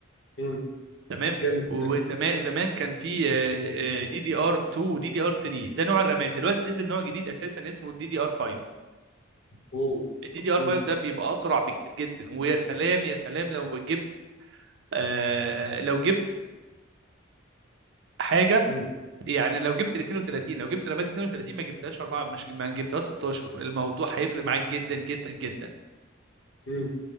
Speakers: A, on the left (about 60°); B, on the right (about 60°).
A: مم.
B: تمام
A: جامد
B: وزمان
A: ده
B: كان في دي دي ار 2 ودي دي ار 3 ده نوع الرامات دلوقتي نزل نوع جديد اساسا اسمه الدي دي ار 5
A: اوه
B: الدي دي ار
A: مم.
B: 5 ده بيبقى اسرع بكتير جدا ويا سلام يا سلام لو جبت آه لو جبت حاجه
A: مم.
B: يعني لو جبت ال 32 لو جبت رامات 32 ما جبتهاش 4 مش ما جبتهاش 16 الموضوع هيفرق معاك جدا جدا جدا
A: مم.